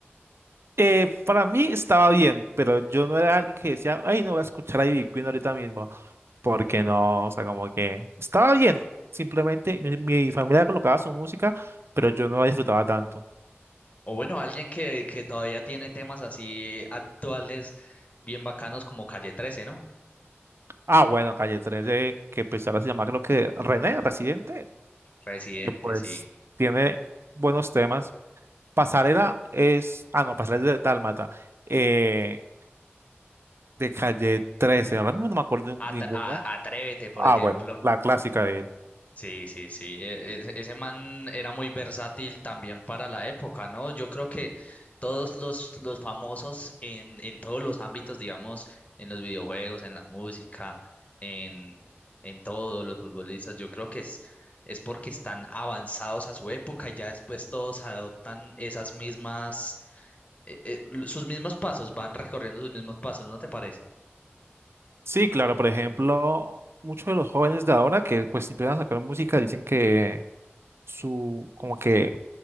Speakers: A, on the right; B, on the left.
A: Eh, para mí estaba bien, pero yo no era alguien que decía, ay, no voy a escuchar a Ivy Queen ahorita mismo, porque no, o sea, como que estaba bien, simplemente mi, mi familia colocaba su música, pero yo no la disfrutaba tanto.
B: O bueno, alguien que, que todavía tiene temas así actuales, bien bacanos como Calle 13, ¿no?
A: Ah, bueno, Calle 13, que pues ahora se llama creo que René, Residente,
B: Residente,
A: que pues
B: sí.
A: tiene buenos temas. Pasarela es, ah, no, Pasarela es de Dálmata, eh, de Calle 13, ahora mismo no me acuerdo de
B: Atra-
A: ninguno.
B: a- Atrévete, por
A: Ah,
B: ejemplo.
A: bueno, la clásica de
B: Sí, sí, sí. e- e- Ese man era muy versátil también para la época, ¿no? Yo creo que todos los, los famosos en, en todos los ámbitos, digamos, en los videojuegos, en la música, en, en todos los futbolistas, yo creo que es, es porque están avanzados a su época y ya después todos adoptan esas mismas, eh, eh, sus mismos pasos, van recorriendo sus mismos pasos, ¿no te parece?
A: Sí, claro, por ejemplo, muchos de los jóvenes de ahora que pues si empiezan a sacar música dicen que su, como que